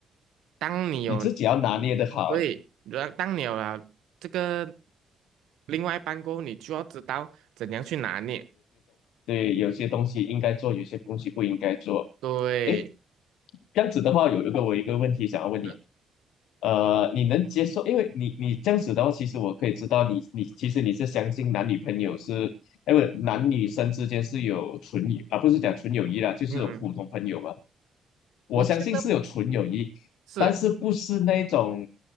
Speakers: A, on the right (about 80°); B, on the left (about 90°).
A: 当你有
B: 你自己要拿捏的好，
A: 所以，然当你有了这个另外一半过后，你就要知道怎样去拿捏。
B: 对，有些东西应该做，有些东西不应该做。
A: 对，
B: 诶，这样子的话，有一个我有一个问题想要问你，
A: 是
B: 呃，你能接受？因为你你这样子的话，其实我可以知道你你其实你是相信男女朋友是，哎不，男女生之间是有纯友啊，不是讲纯友谊啦，就是有普通朋友嘛。
A: 嗯，
B: 我相信是有纯友谊，
A: 我觉得是
B: 但是不是那种，